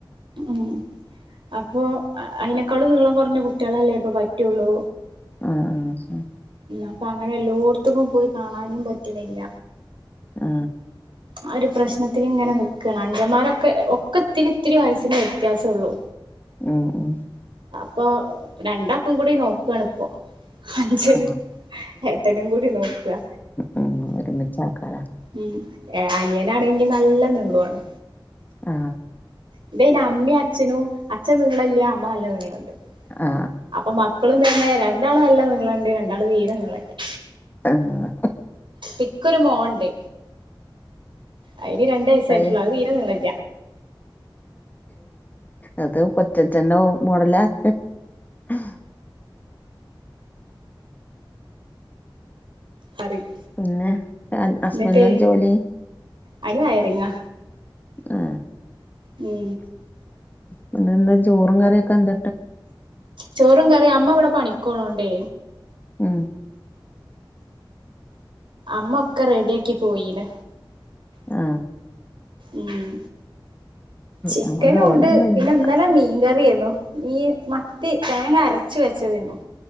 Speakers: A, on the right (about 70°); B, on the left (about 20°).
A: ഉം അപ്പൊ അയിനേക്കാളും നീളം കൊറഞ്ഞ കുട്ട്യളല്ലേ ഇപ്പൊ പറ്റുള്ളൂ
B: ആ ആ ശരി.
A: അപ്പൊങ്ങനെ എല്ലോടത്തക്കും പോയി കാണാനും പറ്റണില്ല
B: ആ
A: ആ ഒരു പ്രശ്നത്തില്ങ്ങനെ നിക്കാണ് അഞ്ചന്മാരൊക്കെ ഒക്കെ ഇത്തിരിത്തിരി വയസ്സിന്റെ വ്യത്യാസെള്ളു
B: <unintelligible>
A: അപ്പൊ രണ്ടാക്കും കൂടി നോക്കുവാണിപ്പോ അഞ്ചനും
B: ആ
A: എട്ടനും കൂടി നോക്കാ
B: ഉം ഒരുമിച്ച് ആൾക്കാരാ
A: ഉം അനിയനാണെങ്കി നല്ല നീളവാണ്
B: ആ
A: ഇന്തേയ്ന് അമ്മേ അച്ഛനു അച്ഛ നീളല്ല്യ അമ്മ നല്ല നീളണ്ട്
B: ആ
A: അപ്പൊ മക്കളും തന്നെ രണ്ടാളല്ല നീളണ്ട് രണ്ടാള് തീരെ നീളല്ല്യ
B: ആ
A: പിക്കൊരുമോണ്ടെ അയിന് രണ്ടു വയസ്സായിട്ടുള്ളൂ
B: ആയി.
A: അതീരെ നീളല്ല്യ
B: അത് കൊച്ചച്ചന്റെ മോഡലാ ആഹ <unintelligible>
A: പറയും
B: പിന്നെ അസ്ബൻഡ
A: എന്നിട്ട്
B: ജോലി
A: അയിന് വയറിങ്ങാ
B: ആ
A: ഉം
B: പിന്നന്താ ചോറും കറിയൊക്കെ എന്ത
A: ചോറും കറിയ അമ്മവിടെ പണിക്കോണോണ്ടേ
B: ഉം
A: അമ്മ ഒക്കെ റെഡി ആക്കി പോയീന്
B: ആ
A: ഉം ചിക്കനും
B: നമ്മ ജോലിയൊന്നുല്ല
A: ഉണ്ട് പിന്നെ ന്നലെ മീൻ <unintelligible> കറി ഈ മത്തി തേങ്ങ അരച്ച് വെച്ചതേന്നു